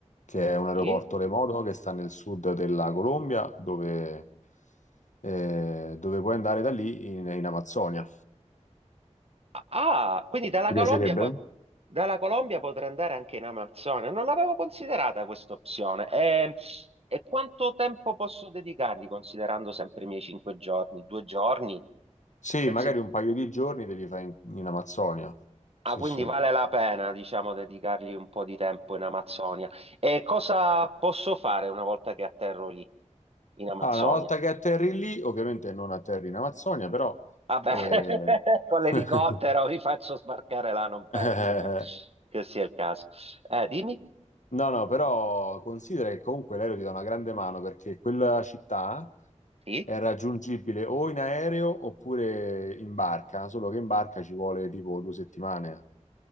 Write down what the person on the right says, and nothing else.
Sì?
Ah, ah, quindi dalla
Colombia,
po- dalla Colombia potrei andare anche in Amazzonia. Non l'avevo considerata questa opzione. E, e quanto tempo posso dedicargli considerando sempre i miei cinque giorni? Due giorni?
Pensi?
Ah, quindi
vale la pena, diciamo, dedicargli un po' di tempo in Amazzonia. E cosa posso fare una volta che atterro lì, in Amazzonia?
Vabbè,
<laughs> con l'elicottero
vi faccio sbarcare là, non penso
che, che sia il caso. Eh, dimmi?
Sì?